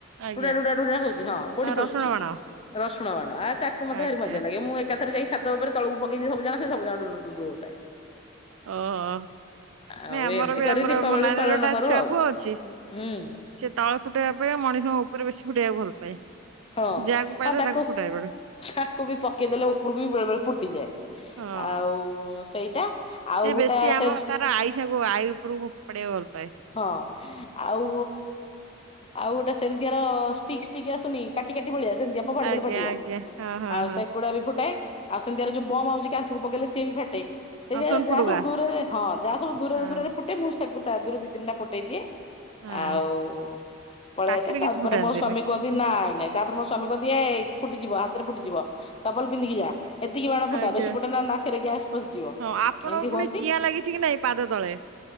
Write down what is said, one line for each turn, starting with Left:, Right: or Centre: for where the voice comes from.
Right: ଆଜ୍ଞା
Left: ଟୁଡା ଟୁଡା ଡୁଡା ହଉଛି ହଁ ଗୋଡି
Right: ଆଉ
Left: ପଶୁଛି
Right: ରସୁଣ ବାଣ
Left: ରସୁଣ ବାଣ ଆ ତାକୁ ମତେ
Right: ଆଜ୍ଞା
Left: ଭାରିମଜା ଲାଗେ ମୁଁ। ଏକାଥରେ ଯାଇ ଛାତ ଉପରେ ତଳକୁ ପକେଇ ଦିଏ ସବୁଯାକ ସେ ସବୁଯାକ ଢୁ ଢୁ ହଉଥାଏ।
Right: ଓହୋ
Left: ଆଉ
Right: ନାଇଁ ଆମର
Left: ଏମିତି
Right: ବି
Left: କରି
Right: ଆମର
Left: ଦୀପାବଳି
Right: ମୋ ନାନୀ
Left: ପାଳନ
Right: ର ଗୋଟାଏ
Left: କରୁ
Right: ଛୁଆ
Left: ଆଉ
Right: ପୁଅ ଅଛି
Left: ହୁଁ
Right: ସେ ତଳେ ଫୁଟେଇବା ଆପେକ୍ଷା ମଣିଷଙ୍କ ଉପରେ ବେଶୀ ଫୁଟେଇବା ଭଲ ପାଏ
Left: ହଁ
Right: ଯାହାକୁ ପାଇଲେ
Left: ଆଉ ତାକୁ
Right: ଫୁଟାଇବ
Left: ତାକୁ ବି ପକେଇଦେଲେ ଉପରକୁ ବି ବେଳେ ବେଳେ ଫୁଟିଯାଏ
Right: ହଁ।
Left: ଆଉ ଉ ସେଇଟା ଆଉ
Right: ସେ
Left: ଗୋଟେ
Right: ବେଶୀ ଆମ
Left: ସେ
Right: ତାର ଆଇସାକୁ ଆଈ ଉପରକୁ ଫୋପାଡିବାକୁ ଭଲ ପାଏ।
Left: ହଁ ଆଉ ଆଉ ଗୋଟେ ସେମିତିଆର ଷ୍ଟିକ୍ ଷ୍ଟିକ୍ ଆସୁନି କାଟି କାଟି ଭଳିଆ ସେମିତିଆ। ଫୋଫାଡି
Right: ଆଜ୍ଞା
Left: ଦେଲେ ଫାଟିବ
Right: ଆଜ୍ଞା ହଁ ହଁ
Left: ଆଉ
Right: ହଁ
Left: ସେଗୁଡା ବି ଫୁଟାଏ। ଆଉ ସେମତିଆର ଯୋଉ ବମ୍ ଆଉଛି କାନ୍ଥ କୁ ପକେଇଲେ ସେଏ ବି ଫାଟେ। ଏଇ
Right: ଆଉ
Left: ଯା
Right: ସୋନ
Left: ଯାହା
Right: ଫୁଟୁକା
Left: ସବୁ ଦୂରରେ ହଁ ଯାହା ସବୁ ଦୂରରେ
Right: ହଁ
Left: ଦୂରରେ ଫୁଟେ ମୁଁ <unintelligible> ତାକୁ ତା ଦେହରୁ ଦି ତିନିଟା ଫୁଟେଇ ଦିଏ
Right: ହଁ।
Left: ଆଉ ପଳେଇ
Right: ପାଖରେ
Left: ଆସେ ତାପରେ
Right: କିଛି ଫୁଟାନ୍ତିନି
Left: ମୋ ସ୍ଵାମୀ କୁହନ୍ତି ନାଇଁ ନାଇଁ ତାପରେ ମୋ ସ୍ଵାମୀ କୁହନ୍ତି ଏ ଫୁଟିଯିବ ହାତ ରେ ଫୁଟିଯିବ ଚପଲ ପିନ୍ଧିକି ଯା। ଏତିକି ବାଣ ଫୁଟା
Right: ଆଜ୍ଞା
Left: ବେଶୀ ଫୁଟା ନା ନାକରେ ଗ୍ୟାସ ପଶି ଯିବ
Right: ହଁ ଆପଣଙ୍କ
Left: ଏମିତି
Right: ପୁଣି
Left: ହୁଅନ୍ତି।
Right: ଚିଆଁ ଲାଗିଛି କି ନାଇଁ ପାଦ ତଳେ